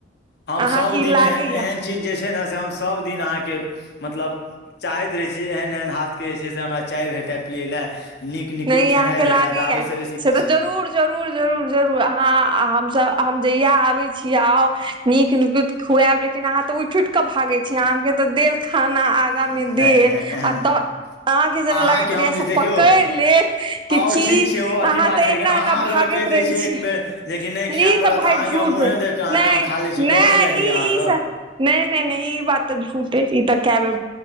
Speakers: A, on the left; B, on the right.
A: हम
B: अहाँके
A: सब
B: ई
A: दिन
B: लागैया
A: ए एहन चीज जे जे छै न से हम सब दिन अहा के मतलब चाहैत रहै छीयै एहन एहन हाथ के जे छै से हमरा चाय भेटय पियै लए नीक निकुत
B: नहि अहाँके
A: खेनाइ
B: लागैया
A: भेटय तऽ आब एहिसँ
B: से
A: बेसी की
B: तऽ
A: छै
B: जरूर जरूर जरूर जरूर अहाँ हमस हम जहिया आबे छी आउ नीक नुत खुआब लेकिन आहा ते उठ उठ के भागे छी अहाँ के ते देेल खाना आगा
A: नहि
B: मे देल
A: नहि एहन
B: आ
A: नहि
B: तऽ अहाँ के जेना
A: अहाँके
B: लागैत
A: हम
B: र सब
A: जे देखियौ
B: पकड़ लेत कि
A: आओर
B: की
A: ठीक छै ओ
B: अहाँ
A: अथी बात
B: तऽ
A: छै लेकिन
B: एना
A: अहाँ
B: एना भागैत
A: अगर कहि दै
B: रहै
A: छियै
B: छी
A: एक बेर जेकि नहि
B: ई
A: खाय पड़त
B: त भइ
A: तऽ अहाँके
B: झूठ
A: हम मुँहे देख कऽ अहाँके
B: नहि
A: हम खा लै छी
B: नहि
A: डर होइया ने
B: ई
A: अहाँसँ
B: ई नहि नहि नहि ई बात तऽ झूठ ई तऽ कैय बैर